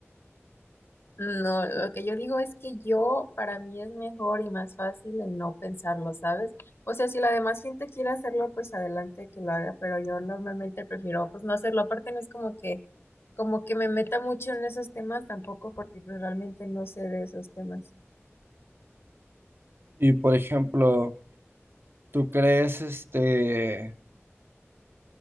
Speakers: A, on the left; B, on the right.
A: No, lo que yo digo es que yo, para mí es mejor y más fácil el no pensarlo, ¿sabes? O sea, si la demás gente quiere hacerlo, pues adelante que lo haga, pero yo normalmente prefiero pues no hacerlo. Aparte no es como que, como que me meta mucho en esos temas tampoco, porque pues, realmente no sé de esos temas.
B: Y por ejemplo, ¿tú crees este,